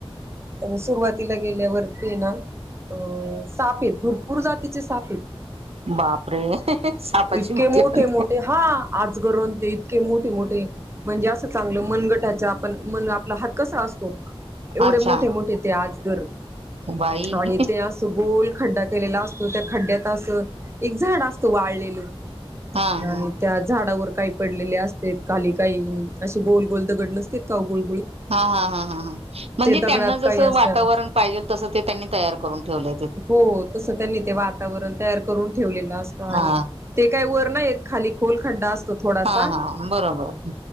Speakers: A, on the right; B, on the right.
A: त्या सुरुवातीला गेल्यावरती ना! अ सापेत भरपूर जातीचे सापेत,
B: बापरे! सापाची
A: इतके
B: भीती
A: मोठे-
B: वाटते.
A: मोठे हा आजगरून ते इतके मोठे - मोठे म्हणजे असं चांगलं मनगटाच्या आपण आपल हात कसा असतो एवढे
B: अच्छा
A: मोठे- मोठे ते आजगर
B: बाई
A: आणि ते असं गोल खड्डा केलेला असतो त्या खड्ड्यात असं एक झाड असतं वाळलेलं.
B: हा हा
A: आणि त्या झाडावर, का पडले अस खाली काही असे गोल गोल दगड नसत का गोल
B: हा हा हा ह ह म्हणजे
A: दगडात
B: त्यांना
A: काही
B: जस
A: असतात
B: वातावरण पाहिजेल तस ते त्यांनी तयार करून ठेवलं.
A: हो तस त्यांनी ते वातावरण तयार करून ठेवलेलं असतं आणि
B: हा
A: ते काय वर नाहीय खाली, खोलखड्डा असतो थोडासा
B: हा हा बरोबर